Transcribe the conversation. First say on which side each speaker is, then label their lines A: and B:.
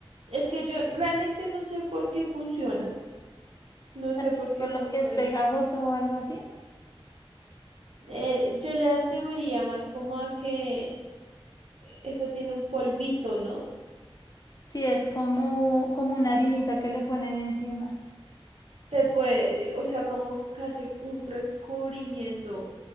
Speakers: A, on the right (about 80°); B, on the left (about 40°).
A: Es que yo realmente no sé por qué funciona. No
B: tal
A: sé
B: vez
A: por qué
B: con
A: funciona.
B: lo que es pegajoso o algo así.
A: Eh, yo le atribuiría más como a que eso tiene un polvito, ¿no?
B: Si es como, como una harinita que le ponen encima.
A: Te puede, o sea, como que hace un recubrimiento.